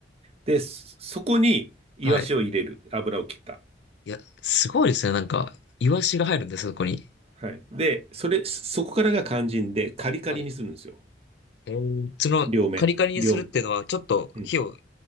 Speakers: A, on the right; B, on the left.
A: で、そそこにイワシを入れる。
B: はい。
A: 油を切った。
B: いや、すごいですね。なんか、イワシが入るんです、そこに。
A: はい。で、それ、そこからが肝心で、カリカリにするんですよ。
B: はい。えー、その、
A: 両面。
B: カリカリにするっていうのは、
A: 両面。
B: ちょっと火を、
A: うん。